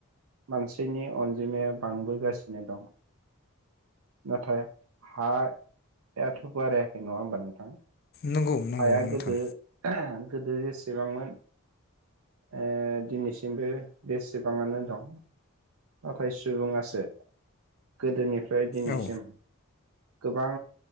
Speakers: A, on the right; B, on the left.
A: मानसिनि अनजिमाया बांबोगासिनो दं। नाथाय हायाथ' बारायाखै नङा होमबा नोंथां?
B: नंगौ नंगौ
A: हायागोदो
B: नोंथां
A: <unintelligible> गोदो जेसेबांमोन ओ दिनैसिमबो बे बेसेबां आनो दं नाथाय सुबुङासो गोदोनिफ्राय फ्राय दिनैसिम
B: औ
A: गोबां